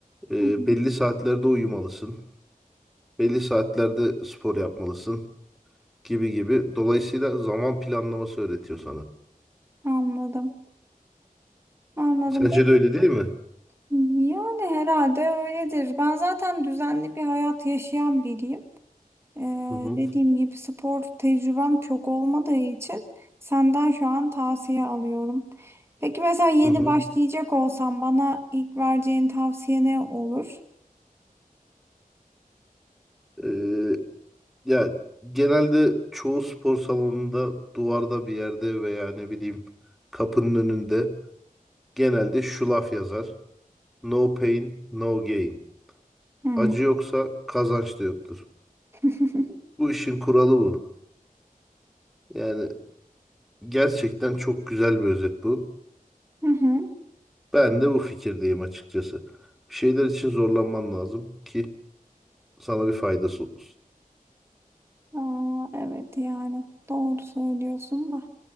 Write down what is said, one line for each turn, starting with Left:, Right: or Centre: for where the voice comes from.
Centre: E,
Right: hı hı.
Centre: belli saatlerde uyumalısın. Belli saatlerde spor yapmalısın gibi gibi. Dolayısıyla zaman planlaması öğretiyor sana.
Right: Anladım. Anladım.
Centre: Sence
Right: Peki,
Centre: de öyle değil mi?
Right: yani herhalde öyledir. Ben zaten düzenli bir hayat yaşayan biriyim. Ee,
Centre: Hı hı.
Right: dediğim gibi spor tecrübem çok olmadığı için senden şu an tavsiye alıyorum. Peki mesela yeni
Centre: Hı hı.
Right: başlayacak olsam bana ilk vereceğin tavsiye ne olur?
Centre: Ee, ya genelde çoğu spor salonunda duvarda bir yerde veya ne bileyim kapının önünde genelde şu laf yazar. No pain, no gain.
Right: Hmm.
Centre: Acı yoksa kazanç da yoktur.
Right: <laughs>
Centre: Bu işin kuralı bu. Yani gerçekten çok güzel bir özet bu.
Right: Hı hı.
Centre: Ben de bu fikirdeyim açıkçası. Bir şeyler için zorlanman lazım ki sana bir faydası olsun.
Right: Aa, evet yani doğru söylüyorsun da